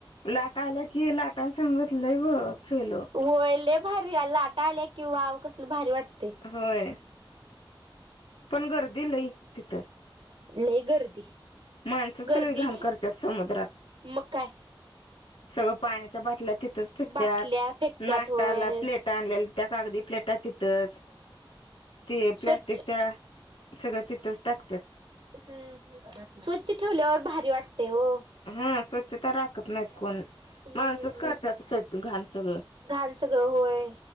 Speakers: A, on the left; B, on the right.
A: लाट आल्या कि लाटां सांगितलंय ब खेळलो.
B: होयले भारी लाटा आल्या किं वाव कसल भारी वाट. ते
A: होय पण गर्दी लई तिथं
B: लय गर्दी
A: माणसं सगळे
B: गर्दी
A: घाण करतात समुद्रात
B: मग काय
A: सगळं पाण्याच्या बाटल्या तिथंच फेकत्याात
B: बाटल्या फेकत्यात
A: नाश्त्याला
B: होय
A: प्लेट आणलेल्या त्या कागदी प्लेटा तिथंच ते प्लॅस्टिकच्या
B: स्वच्छ
A: सगळ्या तिथंच टाकतात.
B: हम् स्वच्छ ठेवल्यावर भारी वाटते हो.
A: हा स्वच्छता राखत नाहीत कोण
B: हम्म
A: माणसच करत स्वच्छ घाण सगळं.
B: घाण सगळं होय.